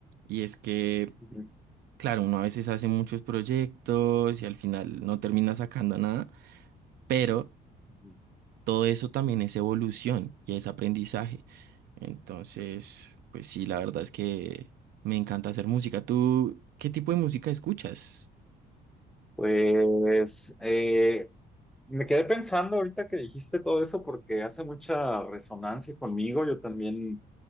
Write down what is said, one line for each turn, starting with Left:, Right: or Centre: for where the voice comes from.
Right: Y es que,
Centre: Ujú,
Right: claro, uno a veces hace muchos proyectos y al final no termina sacando nada, pero
Centre: ujú.
Right: todo eso también es evolución y es aprendizaje. Entonces, pues sí, la verdad es que me encanta hacer música. ¿Tú qué tipo de música escuchas?
Centre: Pues eh, me quedé pensando ahorita que dijiste todo eso porque hace mucha resonancia conmigo. Yo también